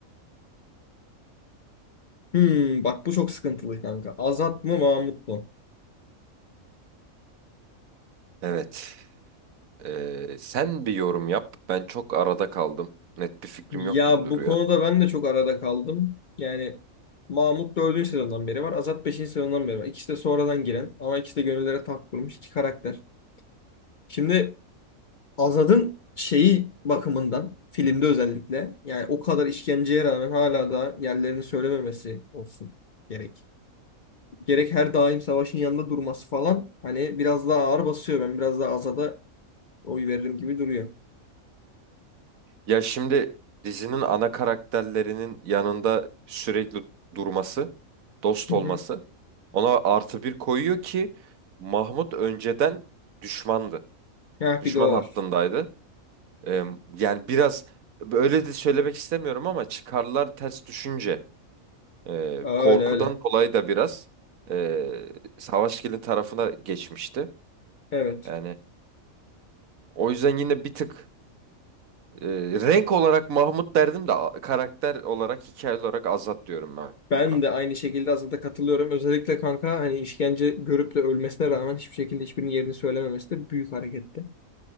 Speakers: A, on the left; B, on the right.
A: Hmm, bak bu çok sıkıntılı kanka. Azat mı Mahmut mu?
B: Evet. E, sen bir yorum yap. Ben çok arada kaldım. Net bir fikrim
A: Ya
B: yok gibi duruyor.
A: bu konuda ben de çok arada kaldım. Yani Mahmut 4. sezondan beri var. Azat beşinci sezondan beri var. İkisi de sonradan giren ama ikisi de gönüllere taht kurmuş iki karakter. Şimdi Azad'ın şeyi bakımından filmde özellikle yani o kadar işkenceye rağmen hala da yerlerini söylememesi olsun gerek. Gerek her daim savaşın yanında durması falan hani biraz daha ağır basıyor. Ben biraz daha Azad'a oy veririm gibi duruyor.
B: Ya şimdi dizinin ana karakterlerinin yanında sürekli durması, dost
A: Hı
B: olması
A: hı.
B: ona artı bir koyuyor ki Mahmut önceden düşmandı.
A: Heh,
B: Düşman
A: bir de o
B: hattındaydı.
A: var.
B: Ee, yani biraz öyle de söylemek istemiyorum ama çıkarlar ters düşünce e,
A: Öyle
B: korkudan
A: öyle.
B: dolayı da biraz e, Savaşgil'in tarafına geçmişti.
A: Evet.
B: Yani o yüzden yine bir tık Ee, renk olarak Mahmut derdim de a- karakter olarak hikaye olarak Azat diyorum ben
A: Ben
B: buna.
A: de aynı şekilde Azad'a katılıyorum. Özellikle kanka hani işkence görüp de ölmesine rağmen hiçbir şekilde hiçbirinin yerini söylememesi de büyük hareketti.